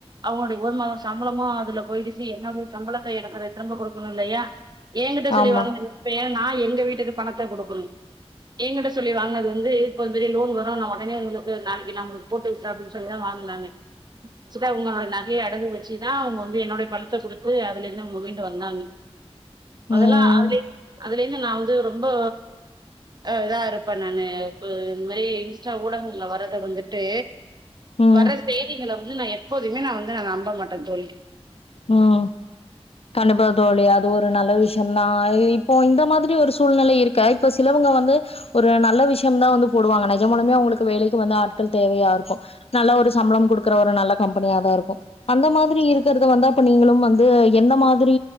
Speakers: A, on the right (about 40°); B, on the left (about 65°).
A: அவங்களுடைய ஒரு மாதம் சம்பளமும் அதுல போயி்டுச்சு என்னோட சம்பளத்தை எனக்கு திரும்ப கொடுக்கணும் இல்லையா என்கிட்ட சொல்லிவாங்குன
B: ஆமா
A: நகையை நான் எங்க வீட்டுக்கு பணத் <unintelligible> கொடுக்கணும் என்கிட்ட சொல்லி வாங்குனது வந்து இப்ப வந்து லோன் வரும் நா உடனே உங்களுக்கு நாளைக்கு நான் உங்களுக்கு போட்டு விடுறே அப்படின் சொல்லித வாங்கினாங்க <unintelligible> உன்னோடைய நகையை அடகு வச்சுதான் அவங்க வந்து என்னோடைய பணத்தை கொடுத்து அதுல இருந்து அவங்க மீண்டு வந்தாங்க அதெல்லாம
B: ம்
A: அதுல அதிலிருந்து நான் வந்து ரொம்போ ஹ இதான் இருப்பேன் நானு இந்த மாதிரி இன்ஸ்டா ஊடகங்கள்ல வர்றதை வந்துட்டு
B: ம்
A: வர்ற செய்திகள வந்து நா எப் எப்போதுமே நான் வந்து நான் நம்ப மாட்ட தோழி
B: உம் கண்டிப்பா தோலி அது ஒரு நல்ல விஷயம்தான் இப்போ இந்த மாதிரி ஒரு சூழ்நிலை இருக்க இப்ப சிலவங்க வந்து ஒரு நல்ல விஷயம்தான் வந்து போடுவாங்க நிஜமாலுமே அவங்களுக்கு வேலைக்கு <unintelligible> வந்து ஆட்கள் தேவையா இருக்கு நல்ல ஒரு சம்பளம் கொடுக்குற ஒரு நல்ல கம்பெனியா தா இருக்கும் அந்த மாதிரி இருக்கறத வந்தா இப்ப நீங்களும் வந்து எந்த மாதிரி